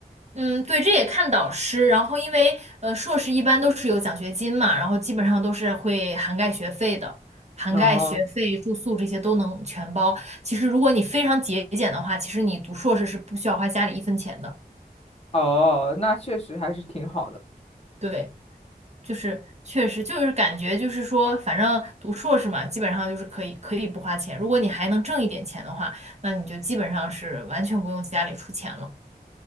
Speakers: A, on the right; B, on the left.
A: 嗯，对，这也看导师。然后，因为呃，硕士一般都是有奖学金嘛，然后基本上都是会涵盖学费的，涵盖学费、
B: 哦
A: 住宿这些都能全包。其实，如果你非常节俭的话，其实你读硕士是不需要花家里一分钱的。
B: 哦，那确实还是挺好的。
A: 对，就是确实就是感觉就是说，反正读硕士嘛，基本上就是可以可以不花钱。如果你还能挣一点钱的话，那你就基本上是完全不用家里出钱了。